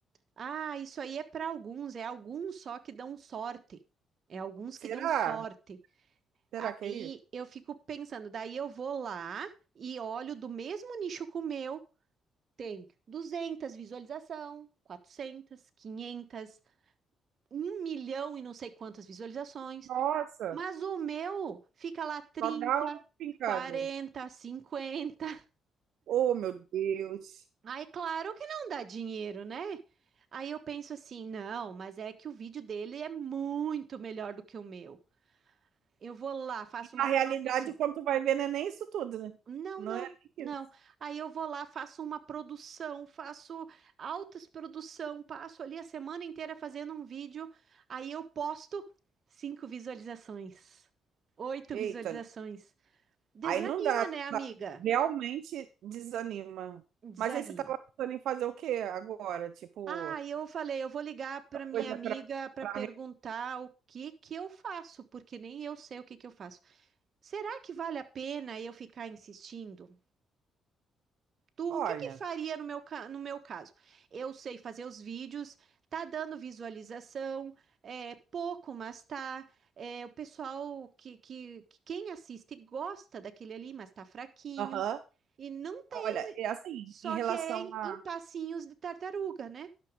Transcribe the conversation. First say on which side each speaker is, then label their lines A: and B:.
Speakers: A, on the right; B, on the right.
A: Ah, isso aí é para alguns, é alguns só que dão sorte. É alguns
B: Será?
A: que dão sorte.
B: Será
A: Aí
B: que é isso?
A: eu fico pensando, daí eu vou lá e olho do mesmo nicho que o meu tem 200 visualização, quatrocentas quinhentas um milhão e não sei quantas visualizações,
B: Nossa,
A: mas o meu fica lá trinta
B: só dá um pingado.
A: quarenta cinquenta
B: Oh, meu Deus.
A: Aí, claro que não dá dinheiro, né? Aí eu penso assim, não, mas é que o vídeo dele é muito melhor do que o meu. Eu vou lá, faço
B: E na
A: uma
B: realidade,
A: produção.
B: quando tu vai ver, não é nem isso tudo, né?
A: Não,
B: Não
A: não,
B: é nem
A: não.
B: isso.
A: Aí eu vou lá, faço uma produção, faço altas produção, passo ali a semana inteira fazendo um vídeo, aí eu posto cinco visualizações, oito
B: Eita,
A: visualizações. Desanima,
B: aí não dá.
A: né, amiga?
B: tá? Realmente desanima.
A: Desanima.
B: Mas aí você tava pensando em fazer o quê agora? Tipo,
A: Ah, eu falei, eu vou ligar para minha
B: coisa
A: amiga
B: pra.
A: para
B: lá.
A: perguntar o que que eu faço, porque nem eu sei o que que eu faço. Será que vale a pena eu ficar insistindo? Tu,
B: Olha.
A: o que que faria no meu, ca- no meu caso? Eu sei fazer os vídeos, tá dando visualização, é pouco, mas tá. é, o pessoal que, que, que quem assiste gosta daquele ali, mas tá fraquinho.
B: Aham.
A: E não tem,
B: Olha, é assim,
A: só
B: em relação
A: que é em,
B: a.
A: em passinhos de tartaruga, né?